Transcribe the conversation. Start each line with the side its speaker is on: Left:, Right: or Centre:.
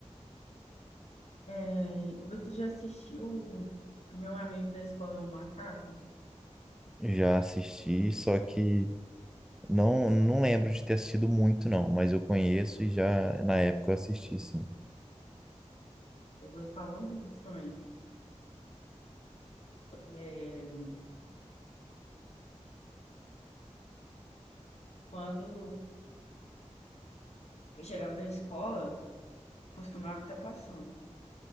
Left: É, você já assistiu Meu Amigo da Escola é um Macaco?
Centre: Já assisti, só que não, não lembro de ter assistido muito, não, mas eu conheço e já na época eu assisti, sim.
Left: Eu gostava muito também. É, quando eu chegava da escola, costumava estar passando.